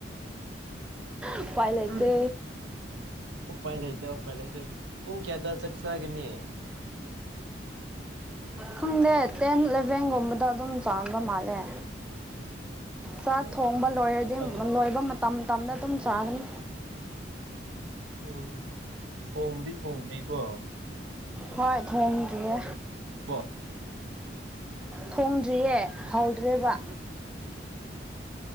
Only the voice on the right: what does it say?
ꯎꯝ ꯎꯄꯥꯏ ꯂꯩꯇꯦ ꯎꯄꯥꯏ ꯂꯩꯇꯦ ꯄꯨꯡ ꯀꯌꯥꯗ ꯆꯥꯛ ꯆꯥꯒꯅꯤ
ꯑꯣ
ꯑꯣ
ꯑꯗꯨ
ꯑꯣ ꯊꯣꯡꯕꯗꯤ ꯊꯣꯡꯗ꯭ꯔꯤꯀꯣ
ꯀꯣ